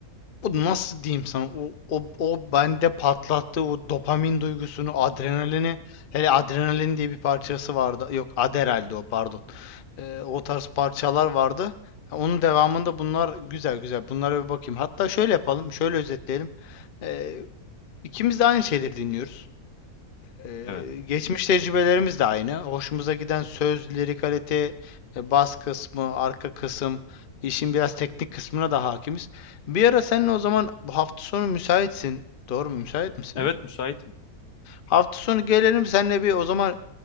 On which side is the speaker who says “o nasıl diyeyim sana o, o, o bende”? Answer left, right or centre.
Left